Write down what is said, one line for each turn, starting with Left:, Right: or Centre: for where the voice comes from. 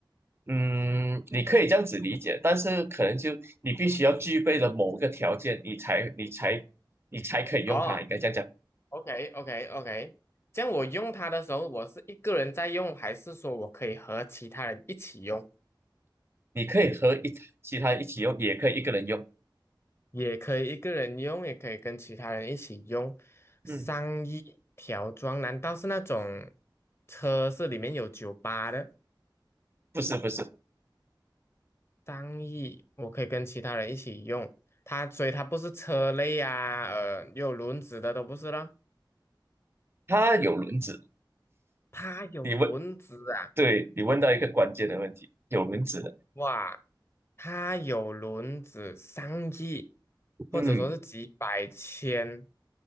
Right: 嗯，你可以这样子理解，但是可能就你必须要具备了某个条件，你才你才你才可以用它，
Left: 哦。
Right: 应该这样讲，
Left: OK OK OK，这样我用它的时候，我是一个人在用，还是说我可以和其他人一起用？
Right: 你可以和一其他一起用，也可以一个人用，
Left: 也可以一个人用，也可以跟其他人一起用。上衣条装，
Right: 嗯，
Left: 难道是那种车是里面有酒吧的？
Right: 不是不是，
Left: 上衣我可以跟其他人一起用，它所以它不是车类啊，呃，有轮子的都不是了。
Right: 它有轮子，
Left: 它有轮子啊，
Right: 你问，对，你问到一个关键的问题，有轮子的，
Left: 哇！它有轮子上亿，
Right: 嗯，
Left: 或者说是几百千、